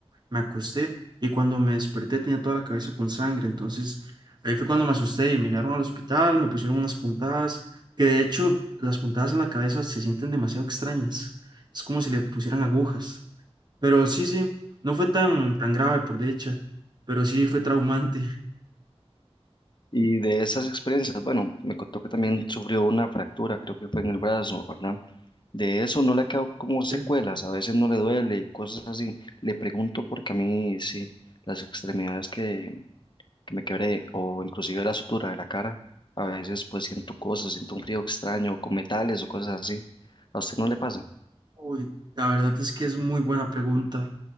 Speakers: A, on the right (about 40°); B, on the left (about 45°).
A: me acosté y cuando me desperté tenía toda la cabeza con sangre. Entonces ahí fue cuando me asusté y me llevaron al hospital, me pusieron unas puntadas, que de hecho las puntadas en la cabeza se sienten demasiado extrañas. Es como si le pusieran agujas. Pero sí, sí, no fue tan, tan grave por dicha, pero sí fue traumante.
B: Y de esas experiencias, bueno, me contó que también sufrió una fractura, creo que fue en el brazo, ¿verdad? De eso no le ha quedado como secuelas,
A: <laughs>
B: a veces no le duele, cosas así. Le pregunto porque a mí sí, las extremidades que que me quebré o inclusive la sutura de la cara. A veces pues siento cosas, siento un frío extraño con metales o cosas así. ¿A usted no le pasa?
A: Uy, la verdad es que es muy buena pregunta.